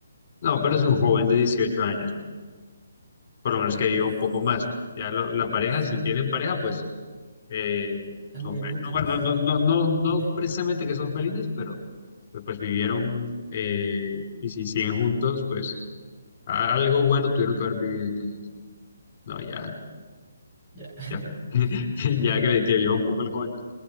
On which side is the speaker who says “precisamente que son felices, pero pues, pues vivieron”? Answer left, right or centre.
Left